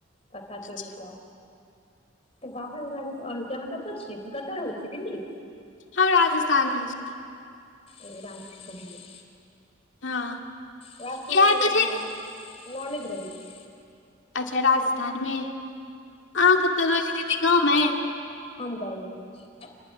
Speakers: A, on the left (about 30°); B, on the left (about 65°).
A: पत्ता
B: अच्छा
A: तोड़िकऽ तऽ बाहर वाला के त ओर किया अहाँ कता छियै कता रहेय छिय दिल्ली
B: हम राजस्थान मे छी
A: ओ राजस्थान कहलिए
B: हँ
A: राजस्थान
B: इएह
A: मे हमर
B: तऽ
A: एगो
B: छै
A: ननेद- ननेद रहै छै
B: अच्छा राजस्थानमे अहाँ क तऽ रोहे छी दीदी गाँवमे
A: आम दइल बनबई छी,